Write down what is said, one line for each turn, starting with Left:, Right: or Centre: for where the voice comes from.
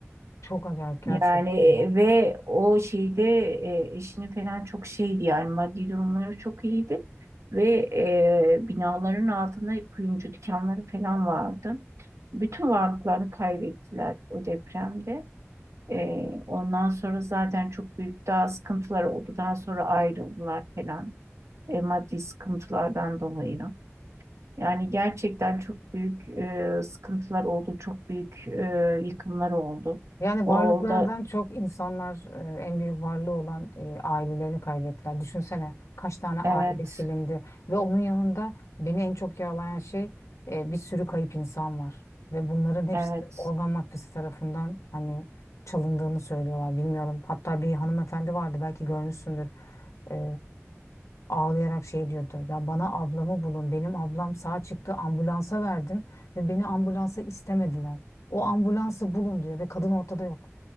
Left: Çok acayip gerçekten.
Right: Yani e,
Left: ya.
Right: ve o şeyde e, eşini falan çok şeydi yani maddi durumları çok iyiydi. Ve e, binaların altında kuyumcu dükkanları falan vardı. Bütün varlıklarını kaybettiler o depremde. Ee, ondan sonra zaten çok büyük daha sıkıntılar oldu. Daha sonra ayrıldılar falan. E, maddi sıkıntılardan dolayı. Yani gerçekten çok büyük e, sıkıntılar oldu. Çok büyük e, yıkımlar oldu.
Left: Yani
Right: O
Left: varlıklardan
Right: da
Left: çok insanlar e, en büyük varlığı olan e, ailelerini kaybettiler. Düşünsene kaç tane aile
Right: evet,
Left: silindi ve onun yanında beni en çok yaralayan şey e, bir sürü kayıp insan var ve bunların hepsi
Right: evet,
Left: organ mafyası tarafından hani çalındığını söylüyorlar. Bilmiyorum. Hatta bir hanımefendi vardı belki görmüşsündür. E, ağlayarak şey diyordu. Ya bana ablamı bulun. Benim ablam sağ çıktı ambulansa verdim ve beni ambulansa istemediler. O ambulansı bulun diyor ve kadın ortada yok.